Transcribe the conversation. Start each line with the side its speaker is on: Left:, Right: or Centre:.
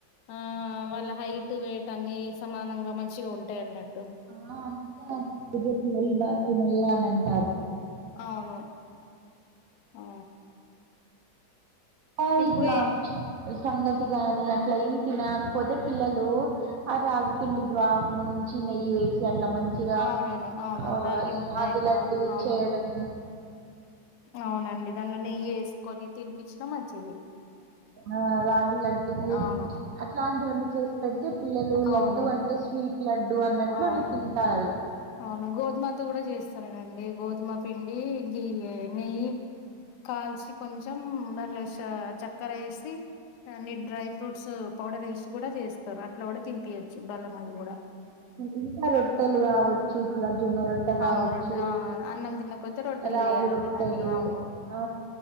Left: ఆ వాళ్ళ హైట్ వెయిట్ అన్ని సమానంగా మంచిగ ఉంటాయన్నట్టు
Right: ఆ అంత పెద్ద పిల్లలు <unintelligible>
Left: అవును ఆ
Right: ఆ
Left: ఇప్పుడు
Right: ఇట్ల
Left: ఏ
Right: సంగటిగానీ అట్ ఇట్ల ఏం తినాక్ పోతే పిల్లలు ఆ రాగిపిండి ద్వా మంచి నెయ్యి వేసి గట్ల మంచిగా
Left: అవునవును అవును
Right: ఆ
Left: ముద్ద
Right: రాగి
Left: అయినా
Right: లడ్డు
Left: అవును
Right: చేయడం
Left: అవునండి దానిలో నెయ్యి ఏసుకొని తినిపిచిన మంచిదే
Right: ఆ రాగి లడ్డు
Left: అవును
Right: అట్లాంటివన్నీ చేసి పెడితే పిల్లలు
Left: అవును
Right: లడ్డు అంటు స్వీట్ లడ్డు అన్నట్లు
Left: అవును
Right: అట్ల తింటారు
Left: అవును గోధుమతో కూడా చేస్తానేనండి గోధుమ పిండి గీ నెయ్యి కాల్చి కొంచెం దానిలో ష చక్కర వేసి అన్ని డ్రై ఫ్రూట్స్ పౌడర్ వేసి కూడా చేస్తారు అట్లా కూడా తినిపియచ్చు బెల్లం అది కూడా
Right: ఇంకా రొట్టలు కావచ్చు చూట్ల జొన్న రొట్టె కావచ్చు
Left: అవును రొట్టె ఆ అన్నం తినకపోతే రొట్టెలు
Right: రాగి
Left: చేయాలి
Right: రొట్టెలు
Left: అని అవును
Right: ఆ